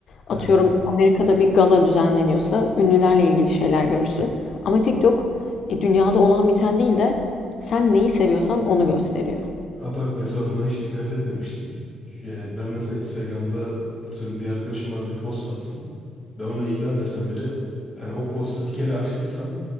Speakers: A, on the left (about 60°); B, in the centre.
A: Atıyorum
B: Evet.
A: Amerika'da bir gala düzenleniyorsa ünlülerle ilgili şeyler görürsün. Ama TikTok e, dünyada olan biten değil de sen neyi seviyorsan onu gösteriyor.
B: Aa, bak mesela buna hiç dikkat etmemiştim. Ş- e, Ben mesela Instagram'da atıyorum bir arkadaşım bana bir post atsın. Ben onunla ilgilenmesem bile yani o postu bir kere açtıysam